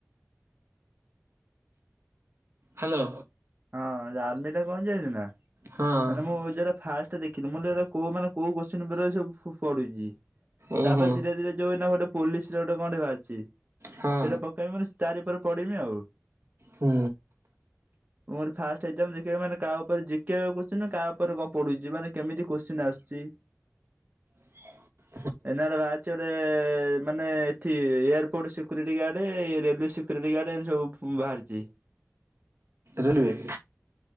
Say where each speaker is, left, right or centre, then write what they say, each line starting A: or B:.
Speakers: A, on the right (about 65°); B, on the right (about 40°).
A: Hello.
B: ହଁ ଆର୍ମି ଟା କଣ୍ ଜାଣିଚୁ ନା
A: ହଁ
B: ମାନେ ମୁଁ ଯଉଟା ଫାଷ୍ଟ୍ ଟେ ଦେଖିଲି ମୁଁ କହିଲି ଏରା କଉ ମାନେ କଉ କୋଶ୍ଚିନ୍ ଉପରେ ସବୁ ପ-ପଡିଚି।
A: ଉଁ
B: ତାପରେ
A: ହୁଁ
B: ଧୀରେ ଧୀରେ ଯଉ ଏଇନା ଗୋଟେ ପୋଲିସ୍ ରେ ଗୋଟେ କଣ୍ ଟେ ବାହାରିଚି ସେଇଟା
A: ହଁ
B: ପକେଇବ ମାନେ ତାରି ଉପରେ ପଢିମି ଆଉ।
A: ହୁଁ।
B: ମୁଁ କହିଲି ଫାଷ୍ଟ୍ ଏକ୍ଜାମ୍ ଦେଖିବ ମାନେ କାହା ଉପରେ ଜିି କେ କୋଶ୍ଚିନ୍ ନା କାହା ଉପରେ <unintelligible> ପଡୁଚି ମାନେ କେମିତି କୋଶ୍ଚିନ୍ ଆସୁଚି?
A: ହ
B: ଏନା ଗୋଟେ ବାହାରିଚି ଗୋଟେ ମାନେ ଏଠି ଏୟାରପୋର୍ଟ ସିକ୍ୟୁରିଟି ଗାର୍ଡ ଏ ରେଲୱ ସିକ୍ଯୁରିଟି ଗାର୍ଡ ଏ ଯୋଉ ଫୁମ୍ ବାହାରିଚି।
A: ରେଲୱେ